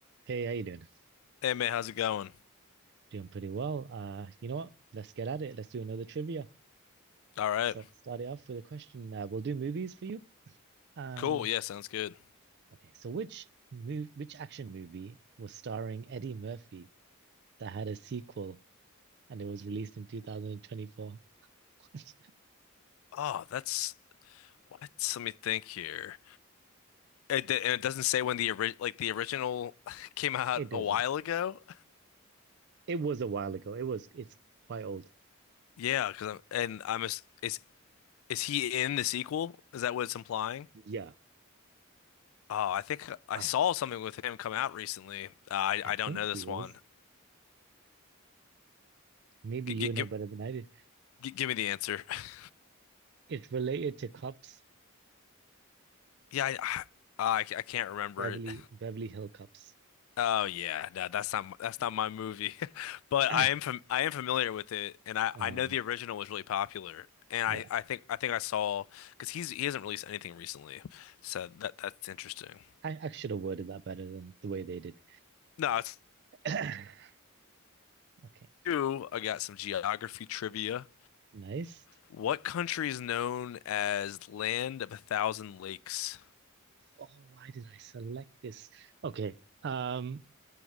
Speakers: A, on the right; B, on the left.
A: Hey, how you doing?
B: Hey man, how's it going?
A: Doing pretty well. Uh, you know what? Let's get at it. Let's do another trivia.
B: All right.
A: So I'll start it off with a question. Uh, we'll do movies for you. Um,
B: Cool. Yeah, sounds good.
A: okay. So which move, which action movie was starring Eddie Murphy that had a sequel and it was released in 2024? <laughs>
B: Oh, that's what? Let me think here. It, d- and it doesn't say when the ori like the original <laughs> came out
A: It doesn't.
B: a while ago.
A: It was a while ago. It was. It's quite old.
B: Yeah, 'cause I'm and I'm ass- is is he in the sequel? Is that what it's implying?
A: Yeah,
B: Oh, I think I
A: I
B: saw something with him come out recently. Uh, I
A: I
B: I don't
A: think
B: know this
A: he was.
B: one.
A: Maybe
B: G
A: you
B: g
A: know
B: give
A: better than I did.
B: g- give me the answer. <laughs>
A: It's related to cops,
B: Yeah, I I, I can't remember
A: Beverly
B: it.
A: Beverly Hill Cops.
B: Oh yeah, no, that's not that's not my movie, <laughs> but
A: <coughs>
B: I am
A: <clears throat>
B: fam I am familiar with it, and I
A: Uh,
B: I know the original was really popular, and
A: yeah.
B: I I think I think I saw because he's he hasn't released anything recently, so that that's interesting.
A: I, I should have worded that better than the way they did.
B: No, it's
A: <clears throat> Okay,
B: two. I got some geography trivia.
A: nice.
B: What country is known as Land of a Thousand Lakes?
A: Oh, why did I select this? Okay. Um,